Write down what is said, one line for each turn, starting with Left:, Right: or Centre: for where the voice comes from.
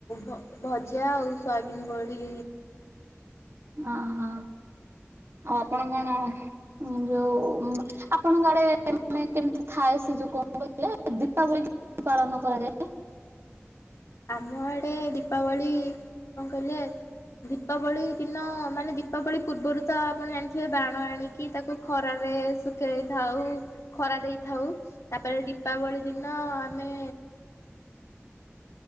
Left: ଭଜା, ଆଉ ସୋୟାବିିନ ବଡି
Right: ଅହୋ, ଆଉ ଆପଣ କଣ ଆ ଁ <unintelligible> ଯୋଉ ଆପଣଙ୍କ ଆଡେ ମାନେ କେମିତି ଥାଏ ସେ ଯୋଉ କଣ କହିଲ ଦୀପାବଳି? ପାଳନ କରାଯାଏ।
Left: ଆମ ଆଡେ ଦୀପାବଳି କଣ କହିଲେ ଦୀପାବଳି ଦିନ ମାନେ, ଦୀପାବଳି ପୂର୍ବରୁ ତା ଆପଣ ଜାଣିଥିବେ ବାଣ ଆଣିକି, ତାକୁ ଖରାରେ ଶୁଖେଇଥାଉ, ଖରା ଦେଇଥାଉ ତାପରେ, ଦୀପାବଳି ଦିନ ଆମେ